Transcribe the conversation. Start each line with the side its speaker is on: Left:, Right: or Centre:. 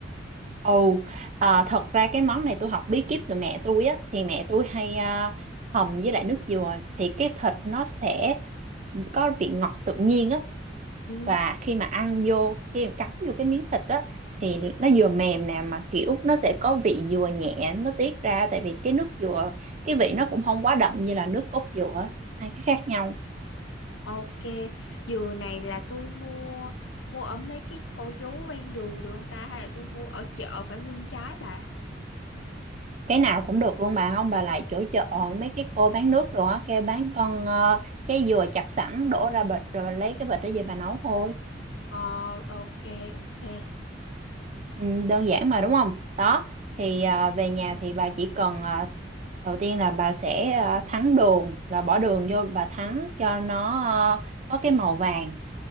Right: ồ à, thật ra cái món này tôi học bí kíp từ mẹ tôi á thì mẹ tôi hay à, hầm với lại nước dừa thì cái thịt nó sẽ có vị ngọt tự nhiên á
Left: ừ
Right: và khi mà ăn vô khi mà cắn vô cái miếng thịt á thì nó vừa mềm nè mà kiểu nó sẽ có vị dừa nhẹ nó tiết ra tại vì cái nước dừa cái vị nó cũng không quá đậm như là nước cốt dừa hai cái khác nhau
Left: Ok, dừa này là tôi mua mua ở mấy cái cô chú ven đường được không ta hay là tôi mua ở chợ phải nguyên trái bà?
Right: cái nào cũng được luôn bà không bà lại chỗ chợ mấy cái cô bán nước đồ á kêu bán con ờ, cái dừa chặt sẵn đổ ra bịch rồi bà lấy cái bịch đó về bà nấu thôi
Left: Ờ ok ok.
Right: Ừ, đơn giản mà đúng không? Đó, thì à, về nhà thì bà chỉ cần à, đầu tiên là bà sẽ à, thắng đường, là bỏ đường vô bà thắng cho nó ờ, có cái màu vàng.